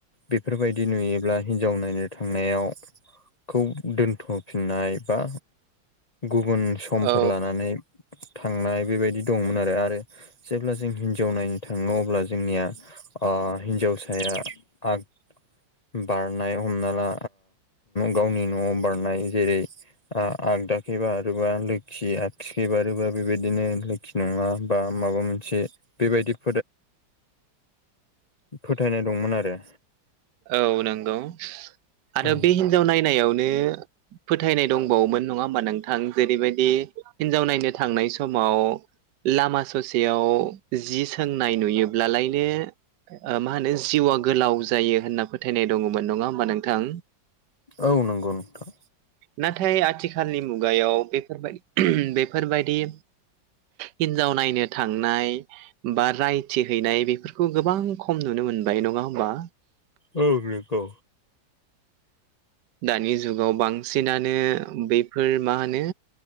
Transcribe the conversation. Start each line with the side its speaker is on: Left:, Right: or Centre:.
Left: बेफोरबायदि नुयोब्ला हिन्जाव नायनो थांनायाव खौ दोनथ'फिननाय बा गुबुन समफोर
Right: औ
Left: लानानै थांनाय बेबायदि दंमोन आरो आरो जेब्ला जों हिनजाव नायनो थाङो अब्ला जोंनिया हिन्जावसाया आग बारनाय हमना ला गावनि न'आव बारनाय जेरै ओ आगदाखै बारोबा लोखि आगसिखै बारोबा बेबायदिनो लखि नङा बा माबा मोनसे बेबायदि फोथायनाय दंमोन आरो।
Right: औ नंगौ आरो
Left: औ
Right: बे हिनजाव नायनायावनो। फोथायनाय दंबावोमोन नङा होमबा नोंथां जेरैबायदि हिनजाव नायनो थांनाय समाव। लामा ससेयाव जि सोंनाय नुयोब्लालायनो मा होनो जिउआ गोलाव जायो होनना फोथायनाय दङमोन नङा होमबा नोंथां?
Left: औ नंगौ नोंथां।
Right: नाथाय आथिखालनि मुगायाव बेफोरबाय बेफोरबायदि हिन्जाव नायनो थांनाय बा रायथि हैैनाय बेफोरखौ गोबां खम नुनो मोनबाय नङा होमबा?
Left: औ नंगौ।
Right: दानि जुगाव बांसिनानो बैफोर मा होनो